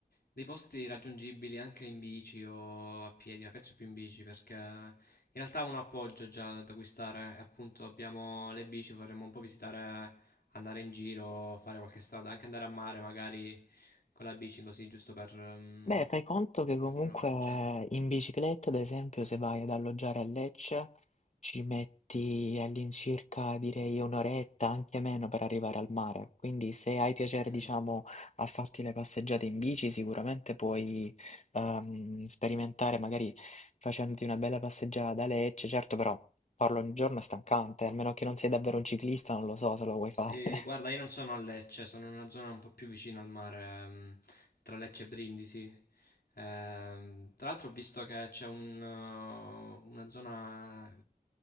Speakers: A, on the left; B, on the left.
A: dei posti raggiungibili anche in bici o a piedi, ma penso più in bici perché in realtà ho un appoggio già da acquistare, e appunto abbiamo le bici, vorremmo un po' visitare, andare in giro, fare qualche strada, anche andare a mare magari con la bici così, giusto per, mm,
B: Beh, fai conto che comunque
A: per fare una passeggiata.
B: in bicicletta, ad esempio, se vai ad alloggiare a Lecce, ci metti all'incirca, direi, un'oretta, anche meno, per arrivare al mare. Quindi se hai piacere,
A: Mm.
B: diciamo, a farti le passeggiate in bici, sicuramente puoi ehm, sperimentare, magari facendoti una bella passeggiata da Lecce. Certo, però farlo ogni giorno è stancante, almeno che non sei davvero un ciclista, non lo so se lo vuoi fare.
A: Sì,
B: <laughs>
A: guarda, io non sono a Lecce, sono in una zona un po' più vicina al mare, ehm, tra Lecce e Brindisi. Ehm, tra l'altro ho visto che c'è un, eh, una zona,